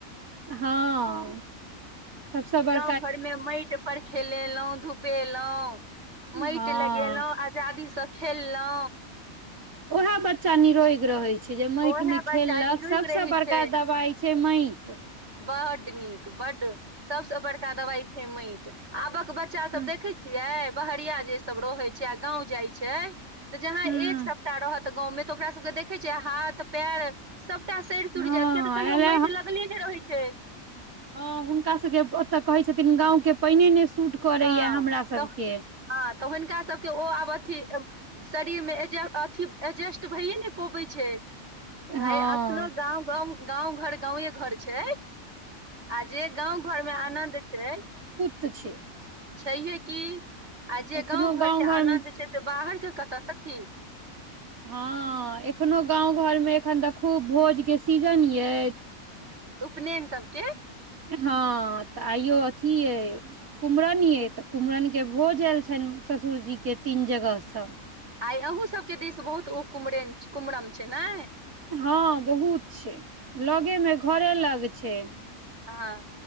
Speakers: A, on the right; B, on the right.
A: हँ सबस बड़
B: घर मे माटि पर खेलेलौ धुपेलौ मैट
A: हँ
B: लगेलौ आ जाादीसँ खेललौ
A: ओएहे बच्चा निरोएग रहै छै छै जे मैट
B: ओहे
A: मे
B: बच्चा
A: खेललक
B: निरोग
A: सभसँ
B: रहै
A: बड़का
B: छै
A: दबाइ छै मैट
B: बड्ड नीक बडड सबसे बड़का दबाय छै मैट आबक बच्चा सब
A: हँ
B: देखै छियै? बहरिया जे सब रहे छै आ गांव जाए छै त जहां
A: हँ
B: एक सप्ताह रहत तऽ गाँवमे तऽ ओकरा सबके देखै छियै हाथ पेर सबटा सैड़ सूर
A: हँ
B: जायत किया तऽ कहियो
A: एले
B: मैट लगले ने रहै छै
A: ह हुनका सबके ओते कहे छथिन गांव के पैने ने सूट करैया
B: हां
A: हमरा सबके
B: तह हां तै हुनका सबके ओ आब अथी शरीर में एजे अथी एजेस्ट भैये नै पोबै छै,
A: हँ
B: भाय अखनो गांव-गम गांव-घर गावे घर छै। आ जे गाँव-घर में आनन्द छै।
A: त छै
B: छहीयै की आ जे
A: एखनो
B: गाँव-घर
A: गाँव
B: के
A: घर
B: आनन्द
A: मे
B: छै से बाहर के कता सखी।
A: हां एखनो गांव-घर में एखन त खूब भोज के सीजन यै।
B: उपनैन सबके?
A: हां त आइयो अथी यै कुम्हरन यै तै कुम्हरन के भोज ऐल छैन ससुर जी के तीन जगह से।
B: आइ अहूँ सबके दिश बहुत ओ कुम्हरेन कुम्हरन छै नै
A: हां बहुत छै, लगे मे घरे लग छै।
B: हां